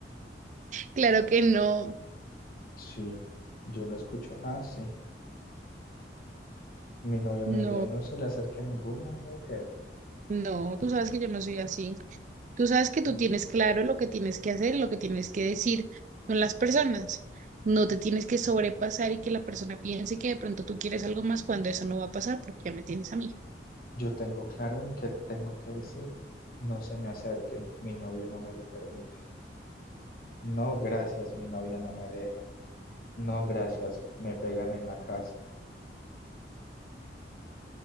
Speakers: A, on the right; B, on the left.
A: Claro que no.
B: Sí, yo lo escucho así. Mi novia me
A: No,
B: diría, no se le acerque a ninguna mujer.
A: no, tú sabes que yo no soy así. Tú sabes que
B: No.
A: tú tienes claro lo que tienes que hacer, lo que tienes que decir con las personas. No te tienes que sobrepasar y que la persona piense que de pronto tú quieres algo más cuando eso no va a pasar porque ya me tienes a mí.
B: Yo tengo claro en qué tengo que decir. No se me acerquen, mi novia no me lo permite. No, gracias, mi novia no me deja. No, gracias, me pegan en la casa.